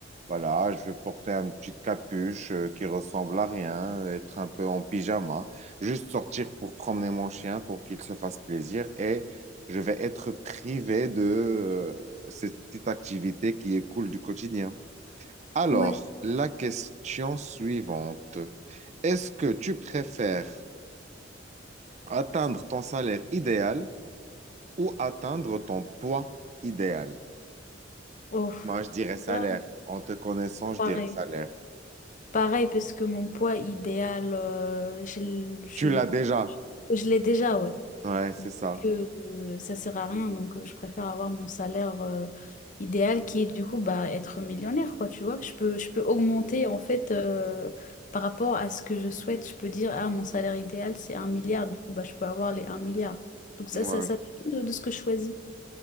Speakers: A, on the right; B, on the left.
A: voilà, je vais porter une petite capuche euh, qui ressemble à rien, être un peu en pyjama, juste sortir pour promener mon chien pour qu'il se fasse plaisir et je vais être privé de euh, cette petite activité qui est cool du quotidien. Alors,
B: Ouais.
A: la question suivante. Est-ce que tu préfères atteindre ton salaire idéal ou atteindre ton poids idéal?
B: Oh,
A: Moi, je dirais salaire.
B: là,
A: En te connaissant, je
B: pareil.
A: dirais salaire.
B: Pareil, parce que mon poids idéal, euh, je, l- je,
A: Tu
B: l-
A: l'as déjà.
B: je l'ai déjà, ouais.
A: Ouais, c'est
B: Donc,
A: ça.
B: euh, ça sert à rien. Donc, euh, je préfère avoir mon salaire, euh, idéal qui est du coup bah, être millionnaire, quoi, tu vois. Je peux, je peux augmenter, en fait, euh, par rapport à ce que je souhaite. Je peux dire, ah, mon salaire idéal, c'est un milliard. Du coup, bah, je peux avoir les un milliard. Donc, ça,
A: Ouais.
B: ça, ça dépend de, de ce que je choisis.